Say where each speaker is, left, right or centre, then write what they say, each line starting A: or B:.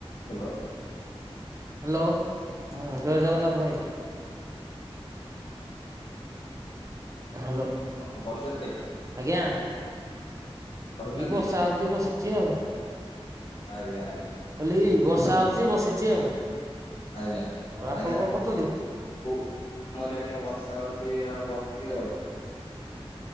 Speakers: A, on the left; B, on the right.
A: Hello.
B: Hello ହଁ ଜୟ ଜଗନ୍ନାଥ ଭାଇ। ହାଲୋ।
A: କଣ କରୁଛନ୍ତି?
B: ଆଜ୍ଞା।
A: କରୁଛନ୍ତି
B: ଏଇ ବର୍ଷା ହଉଚି ବସିଚି ଆଉ।
A: ଆଜ୍ଞା ଆଜ୍ଞା
B: କହିଲି ବର୍ଷା ହଉଚି ବସିଚି ଆଉ।
A: ଆଜ୍ଞା
B: ଆଉ ଆପଣ
A: ଆଜ୍ଞା।
B: କଣ କରୁଛନ୍ତି?
A: ଓ ଆମରି ଆଜ୍ଞା ବର୍ଷା ହଉଚି ଆଉ ବସିଚି ଆଉ।